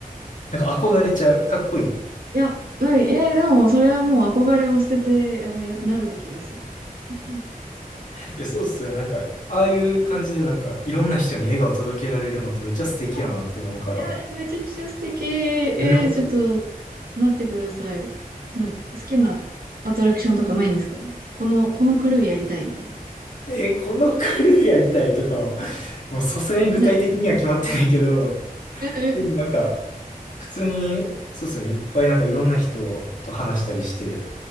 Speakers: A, on the left; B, on the right.
A: なんか憧れちゃう。かっこいい。<laughs> い
B: や、うん、えーでも、それはもう憧れを捨てて、あの、なるべきですよ。うんい
A: や、そうっすよね。なんか、ああいう感じでなんか、いろんな人に笑顔届けられるのってめっちゃ素敵やなって思うから。
B: や、いや、えめちゃくちゃ素敵。えーちょっと、
A: ね。
B: なってください。なんか好きなアトラクションとかないんですかこの、このクルーやりたいみたい
A: え、このクルーやりたいとかは、もうさすがに具体的には決まってないけど、
B: な。ない。<laughs>
A: でもなんか、普通に、そうっすよね。いっぱいなんかいろんな人と話したりして、